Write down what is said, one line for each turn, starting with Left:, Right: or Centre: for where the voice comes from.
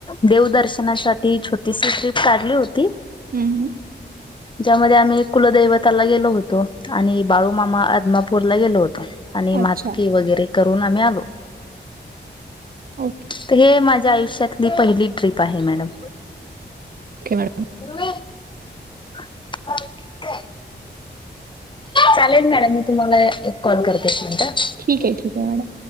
Left: देव दर्शनासाठी छोटीशी ट्रिप काढली होती.
Right: हं, हं.
Left: ज्यामध्ये आम्ही कुलदैवताला गेलो होतो आणि बाळूमामा आदमापूरला गेलो होतो. आणि
Right: अच्छा.
Left: म्हातकीे वगैरे करून आम्ही आलो.
Right: ओके
Left: हे माझ माझ्या आयुष्यातली पहिली ट्रीप आहे मॅडम.
Right: मॅडम.
Left: म <unintelligible> ह <unintelligible> चालेल मॅडम मी तुम्हाला एक कॉल करते एक मिनट.
Right: ठीक आहे ठीक आहे मॅडम.